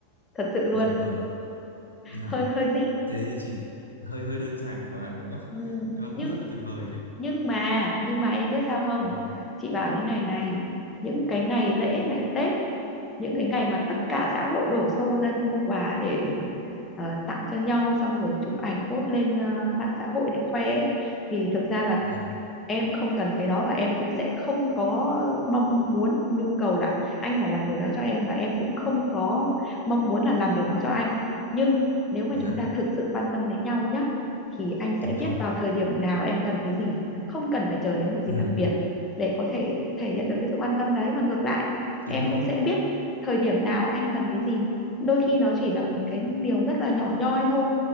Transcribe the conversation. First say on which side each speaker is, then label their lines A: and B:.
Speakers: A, on the left; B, on the left.
A: thật sự luôn
B: dạ vâng dạ
A: hơi hơi dị
B: thế thì chị hơi hơi đơn giản quá đúng không
A: ừ.
B: nhưng mà
A: nhưng
B: cũng rất là tuyệt vời đấy
A: nhưng mà nhưng mà em biết sao không
B: dạ
A: chị bảo thế này này những cái ngày lễ ngày Tết những cái ngày mà tất cả xã hội đổ xô ra đi mua quà để ờ, tặng cho nhau xong rồi chụp ảnh post lên ờ, mạng xã hội để khoe ấy, thì thực ra là
B: dạ
A: em không cần cái đó và em cũng sẽ không có mong muốn nhu cầu là anh phải làm điều đó cho em và em cũng không có mong muốn là làm điều đó cho anh nhưng nếu mà
B: dạ
A: chúng ta thực sự quan tâm đến nhau nhá thì anh sẽ
B: đúng
A: biết
B: rồi
A: vào thời điểm nào em cần cái gì không cần phải chờ đến một dịp
B: ừ
A: đặc biệt để có thể thể hiện được cái sự quan tâm đấy và ngược lại em
B: đúng rồi
A: cũng sẽ biết thời điểm nào anh cần cái gì đôi khi nó chỉ là một cái điều rất là nhỏ nhoi thôi